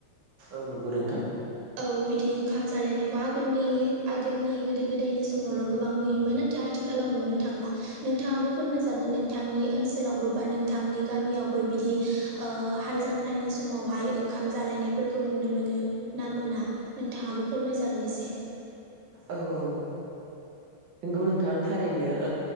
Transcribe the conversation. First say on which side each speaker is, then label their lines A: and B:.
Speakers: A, on the right; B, on the right.
A: औ नंगौ नोंथां
B: औ बिदि ओंखाम जालायनायखौ आगोलनि आगोलनि गोदो गोदायनि समावल' गोबां नुयोमोन नाथाय आथिखालाव नुनो थांला नोंथाङाबो फोरमायजागोन नोंथांनि ओनसोलावबो बा नोंथांनि गामियावबो बिदि हाल जांख्रानि समाव हा य ओंखाम जालायनायफोरखौ नुनो मोनो ना मोना नोंथाङाबो फोरमाय जागोन एसे।
A: औ औ नंगौ नोंथां थारैनो